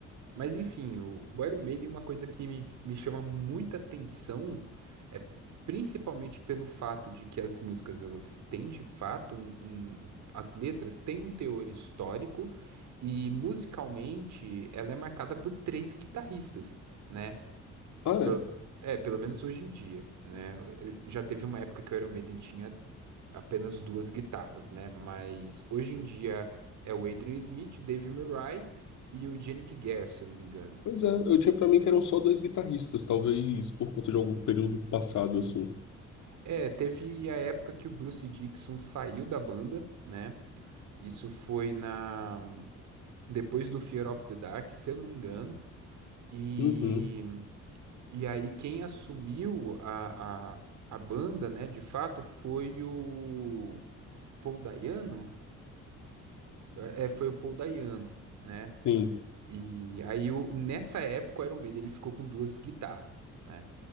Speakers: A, on the right; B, on the left.
A: Mas enfim, o, o Iron Maiden, uma coisa que me, me chama muita atenção é principalmente pelo fato de que as músicas, elas têm de fato um, um- um- as letras têm um teor histórico e musicalmente ela é marcada por três guitarristas, né?
B: Ah,
A: Pelo-
B: é?
A: é, pelo menos hoje em dia, né? Já teve uma época que o Iron Maiden tinha apenas duas guitarras, né? Mas hoje em dia é o Adrian Smith, o Dave Murray e o Yannick Gare, se eu não me engano.
B: Pois é, eu tinha pra mim que eram só dois guitarristas, talvez por conta de algum período passado, assim.
A: É, teve a época que o Bruce Dickinson saiu da banda, né? Isso foi na depois do Fear of the Dark, se eu não me engano. E,
B: Uhum.
A: e aí quem assumiu a, a, a banda, né, de fato, foi o Paul Dayano. É, é, foi o Paul Dayano. né?
B: Sim,
A: E aí, o- nessa época, o Iron Maiden ele ficou com duas guitarras, né?